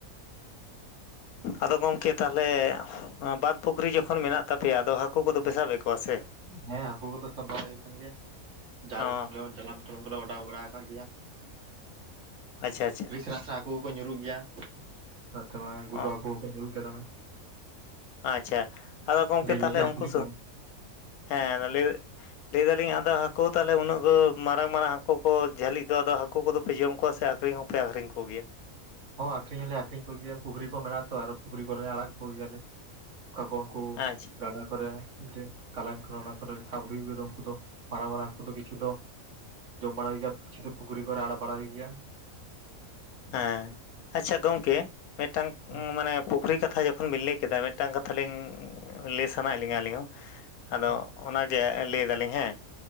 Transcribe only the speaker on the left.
ᱟᱫᱚ ᱜᱚᱝᱠᱮ ᱛᱟᱦᱚᱞᱮ ᱵᱟᱸᱫ ᱯᱩᱠᱷᱨᱤ ᱡᱚᱠᱷᱚ ᱡᱚᱠᱷᱚᱱ ᱢᱮᱱᱟᱜ ᱛᱟᱯᱮᱭᱟ ᱟᱫᱚ ᱦᱟᱹᱠᱩ ᱠᱚᱫᱚ ᱯᱮ ᱥᱟᱵᱮᱫ ᱠᱚᱣᱟ ᱥᱮ?
ᱚ
ᱟᱪᱪᱷᱟ ᱟᱪᱪᱷᱟ
ᱚ
ᱟᱪᱪᱷᱟ ᱟᱫᱚ ᱜᱚᱝᱠᱮ
ᱛᱟᱦᱚᱞᱮ
ᱩᱱᱠᱩ
ᱦᱮᱸ ᱞᱟᱹᱭ ᱞᱟᱹᱭ ᱫᱟᱞᱤᱧ ᱟᱫᱚ ᱦᱟᱹᱠᱩ ᱛᱟᱦᱚᱞᱮ ᱩᱱᱟᱹᱜ ᱫᱚ ᱢᱟᱨᱟᱝ ᱢᱟᱨᱟᱝ ᱦᱟᱹᱠᱩ ᱠᱚ ᱡᱷᱟᱟᱹᱞᱤ ᱫᱚ ᱟᱫᱚ ᱦᱟᱹᱠᱩ ᱦᱟᱹᱠᱩ ᱠᱚᱫᱚ ᱯᱮ ᱡᱚᱢ ᱠᱚᱣᱟ ᱥᱮ ᱟᱹᱠᱷᱨᱤᱧ ᱦᱚᱸᱯᱮ ᱟᱠᱷᱨᱤᱧ ᱠᱚᱜᱮᱭᱟ?
ᱟᱪᱪᱷᱟ
ᱦᱮᱸ ᱟᱪᱪᱷᱟ ᱜᱚᱝᱠᱮ ᱢᱤᱫᱴᱟᱝ
ᱢᱟᱱᱮ ᱯᱩᱠᱷᱨᱤ ᱠᱟᱛᱷᱟ ᱡᱚᱠᱷᱚᱱ ᱵᱤᱱ ᱞᱟᱹᱭ ᱠᱮᱫᱟ ᱢᱤᱫᱴᱟᱝ ᱠᱟᱛᱷᱟ ᱞᱤᱧ ᱞᱟᱹᱭ ᱥᱟᱱᱟᱭᱮᱫ ᱞᱤᱧᱟᱹ ᱟᱹᱞᱤᱧ ᱦᱚᱸ, ᱟᱫᱚ
ᱚᱱᱟᱜᱮ ᱞᱟᱹᱭ ᱫᱟᱞᱤᱧ ᱦᱮᱸ᱾